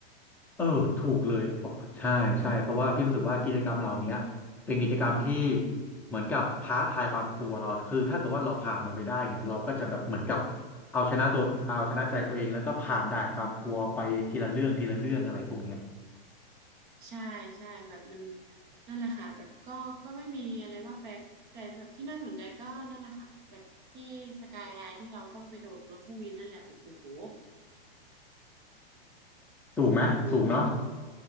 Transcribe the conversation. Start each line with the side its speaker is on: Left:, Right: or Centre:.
Centre: เออถูกเลยเพราะใช่ใช่เพราะว่าพี่รู้สึกว่ากิจกรรมเหล่าเนี้ยเป็นกิจกรรมที่เหมือนกับท้าทายความกลัวเราคือถ้าเกิดว่าเราผ่านมันไปได้เนี่ยเราก็จะแบบเหมือนกับเอาชนะตัวเอาชนะใจตัวเองแล้วก็ผ่านด่านความกลัวไปทีละเรื่องทีละเรื่องอะไรพวกเนี้ย
Right: ใช่ใช่แบบมันนั่นแหละค่ะแบบก็ก็ไม่มีอะไรมากแต่แต่แบบที่น่าสนใจก็นั่นแหละค่ะแบบที่สกายไลน์ที่เราต้องไปโดดบนเครื่องบินนั่นแหละโอ้โห
Centre: ถูกไหมสูงเนาะ
Right: คงคง